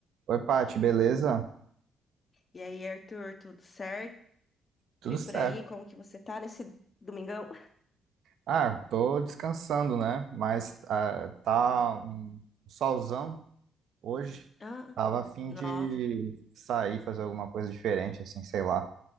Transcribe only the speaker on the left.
E aí, Arthur, tudo certo?
E
por aí, como que você tá nesse domingão?
Ah,
nossa.